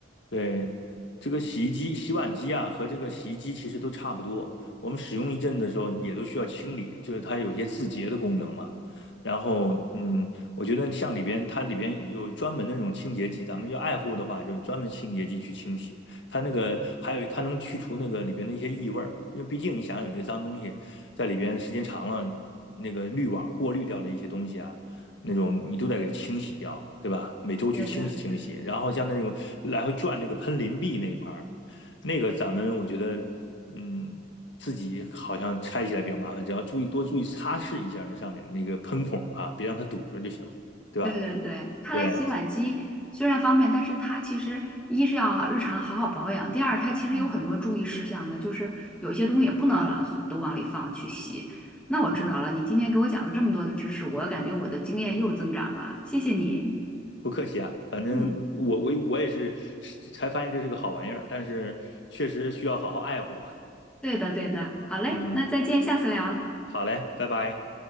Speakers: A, on the left; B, in the centre.
A: 对，这个洗衣机、洗碗机啊，和这个洗衣机其实都差不多。我们使用一阵的时候，也都需要清理，就是它有一些自洁的功能嘛。然后，嗯，我觉得像里边它里边有专门的那种清洁剂，咱们要爱护的话，就是专门清洁剂去清洗。它那个还有它能去除那个里边的一些异味儿，因为毕竟你想有些脏东西在里边时间长了，那个滤网过滤掉的一些东西啊。那种你都得给它清洗掉，对吧？每周去清洗清洗，
B: 对的，
A: 然后像那种来回转那个喷淋臂那一块儿，那个咱们我觉得，嗯，自己好像拆起来比较麻烦，只要注意多注意擦拭一下那上面那个喷孔啊，别让它堵着就行了，对吧？
B: 对对对，看来洗碗机虽然方便，
A: 对，
B: 但是它其实一是要日常好好保养，第二它其实有很多注意事项的，
A: 嗯
B: 就是有一些东西也不能老是都往里放去洗。那我知道了，
A: 嗯，
B: 你今天给我讲了这么多的知识，我感觉我的经验又增长了，谢谢你。
A: 不客气啊，反正我我我也是
B: 嗯，
A: 才发现这是个好玩意儿，但是确实需要好好爱护。
B: 对的，对的，好嘞，
A: 嗯，
B: 那再见，下次聊。
A: 好嘞，拜拜。